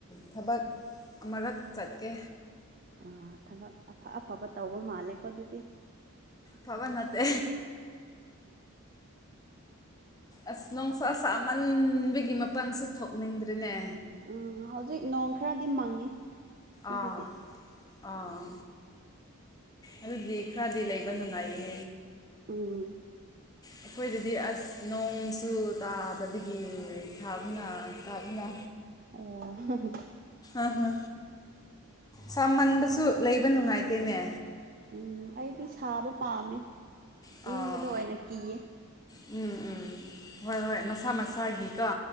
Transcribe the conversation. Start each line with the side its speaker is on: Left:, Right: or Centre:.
Left: ꯊꯕꯛ ꯑꯃꯨꯔꯛ ꯆꯠꯀꯦ
Right: ꯑ ꯊꯕꯛ ꯑꯐ ꯑꯐꯕ ꯇꯧꯕ ꯃꯥꯜꯂꯦꯀꯣ ꯑꯗꯨꯗꯤ
Left: ꯄꯕꯟꯠꯇꯦ
Right: <inaudible>
Left: ꯑꯁ ꯅꯨꯡꯁꯥ ꯁꯥꯥꯃꯟꯕꯒꯤ ꯃꯄꯜꯁꯨ ꯊꯣꯛꯅꯤꯡꯗ꯭ꯔꯔꯤꯅꯦ
Right: ꯎꯝ ꯍꯧꯖꯤꯛ ꯅꯣꯡ ꯈꯔꯗꯤ ꯃꯪꯉꯤ ꯑꯩꯈꯣꯏꯗꯗꯤ
Left: ꯑꯥ ꯑꯥ ꯑꯗꯨꯗꯤ ꯈꯔꯗꯤ ꯂꯩꯕ ꯅꯨꯡꯉꯥꯏꯔꯤ
Right: ꯎꯝ
Left: ꯑꯩꯈꯣꯏꯗꯗꯤ ꯑꯁ ꯅꯣꯡꯁꯨ ꯇꯥꯗꯕꯒꯤ ꯁꯥꯕꯅ ꯀꯥꯕꯅ
Right: ꯑ
Left: ꯑ ꯍꯥ ꯁꯥꯃꯟꯕꯁꯨ ꯂꯩꯕ ꯅꯨꯡꯉꯥꯏꯇꯦꯅꯦ
Right: ꯎꯝ ꯑꯩꯗꯤ ꯁꯥꯕ ꯄꯥꯝꯃꯦ
Left: ꯑꯥ
Right: ꯏꯪꯕꯗꯣ ꯑꯣꯏꯅ ꯀꯤꯌꯦ
Left: ꯎꯝ ꯎꯝ ꯍꯣꯏ ꯍꯣꯏ ꯃꯁꯥ ꯃꯁꯥꯒꯤꯀꯣ